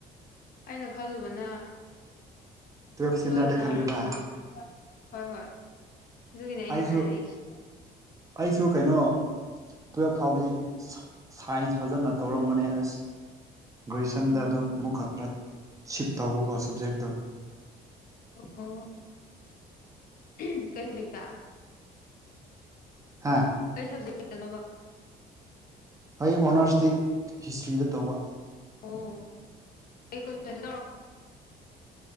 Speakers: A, on the left; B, on the right.
A: ꯑꯩꯅ ꯈꯜꯂꯨꯕꯅ
B: ꯇꯨꯋꯦꯜꯞ ꯏꯁꯇꯦꯟꯗꯔꯗ
A: ꯇꯨꯋꯜꯞꯂꯥꯔꯥ
B: ꯈꯜꯂꯨꯕ
A: ꯈꯜꯂꯨꯔꯦ ꯍꯣꯏ ꯍꯣꯏ ꯑꯗꯨꯒꯤꯅꯦ ꯑꯩꯅ
B: ꯑꯩꯁꯨ
A: ꯍꯥꯏꯔꯛꯏꯁꯦ
B: ꯑꯩꯁꯨ ꯀꯩꯅꯣ ꯇꯨꯋꯦꯜꯐ ꯐꯥꯎꯗꯤ <inaudible> ꯁꯥꯏꯟꯁ ꯐꯖꯅ ꯇꯧꯔꯝꯕꯅꯦ ꯑꯁ ꯒ꯭ꯔꯦꯖꯨꯌꯦꯁꯟꯗ
A: ꯎꯝ
B: ꯑꯗꯨꯛ ꯃꯨꯛ ꯈꯛ ꯈꯔ ꯁꯤꯞ ꯇꯧꯕꯀꯣ ꯁꯞꯖꯦꯛꯇꯣ
A: ꯑꯣ ꯑꯣ ꯎꯝ ꯀꯩ ꯁꯕꯖꯦꯛꯇꯥ
B: ꯍꯥꯥ
A: ꯀꯩ ꯁꯕꯖꯦꯛ ꯇꯥꯅꯣꯕ
B: ꯑꯩ ꯑꯣꯅꯔꯁꯇꯤ ꯍꯤꯁꯇ꯭ꯔꯤꯗ ꯇꯧꯕ
A: ꯑꯣ ꯀꯩ ꯀꯣꯂꯦꯖꯇꯥ ꯇꯧꯔꯛ